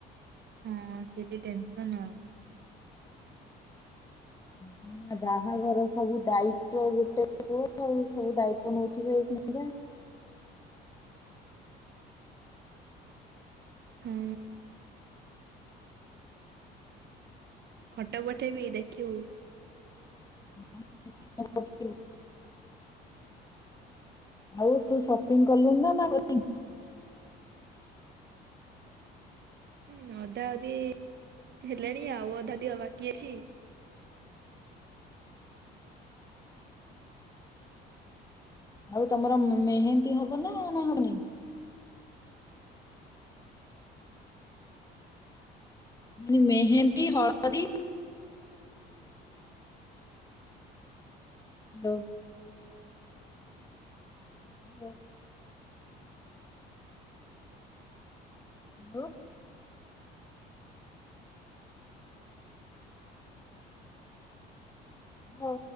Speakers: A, on the right; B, on the left.
A: ହଁ ସେଠି ଟେନସନ ଆଉ
B: କାହିଁ ବାହାଘର ସବୁ ଦାୟିତଵ ଗୋଟେ କୁହ ସବୁ ଦାୟିତଵ ନଉଥିବେ ଏକା
A: ହଁ। ଫଟୋ ପଠେଇବି ଦେଖିବୁ
B: <unintelligible> ଆଉ ତୁ ସପିଂ କଲୁ ନା ନା କରିନୁ?
A: ହଁ ଅଧା ଅଧି ହେଲାଣି ଆଉ ଅଧା ଦିଅ ବାକି ଅଛି।
B: ଆଉ ତମର ମେହେନ୍ଦୀ ହବ? ହବ ନା ମାନ ମେହେନ୍ତି ହଳଦି <unintelligible> ହଁ। ହାଲୋ। ହଁ।